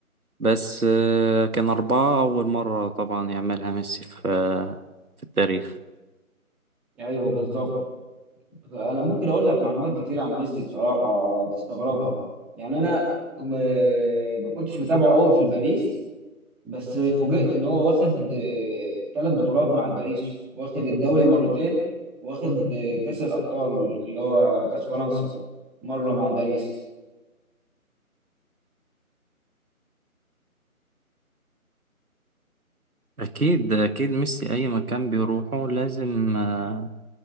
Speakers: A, on the right; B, in the centre.
A: بس آه، كان اربعة اول مرة طبعا يعملها ميسي في آه، في التاريخ
B: أيوه بالظبط انا ممكن اقول لك معلومات كتير عن ميسي بصراحه تستغربها يعني انا م... ما كنتش متابعه قوي في الباريس بس فوجئت ان هو واخد ثلاث بطولات مع الباريس واخد الدوري مرتين واخد آه، كاس الابطال اللي هو كاس فرنسا مره مع الباريس
A: اكيد اكيد ميسي اي مكان بيروحه لازم آه،